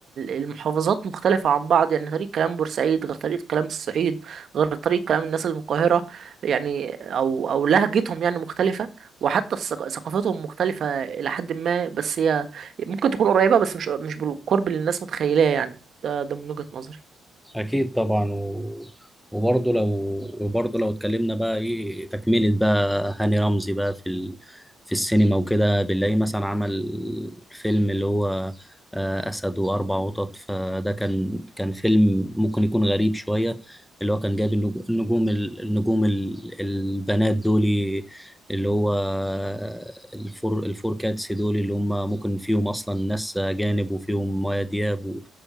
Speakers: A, on the right (about 55°); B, in the centre.
A: المحافظات مختلفه عن بعض يعني طريق كلام بورسعيد غير طريق كلام الصعيد غير طريق كلام الناس اللي من القاهره يعني او او لهجتهم يعني مختلفه وحتى الثق- ثقافتهم مختلفه الى حد ما بس هي ممكن تكون قريبه بس مش مش بالقرب اللي الناس متخيلاه يعني ده ده من وجهه نظري
B: اكيد طبعا و... وبرضه لو وبرضه لو اتكلمنا بقى ايه تكمله بقى هاني رمزي بقى في ال... في السينما وكده بنلاقيه مثلا عمل فيلم اللي هو آه، اسد واربع قطط فده كان كان فيلم ممكن يكون غريب شويه اللي هو كان جايب النج- النجوم ال- النجوم ال- البنات دولي اللي هو آه، الفور الفور كاتس دول اللي هم ممكن فيهم اصلا ناس اجانب وفيهم مايا دياب و...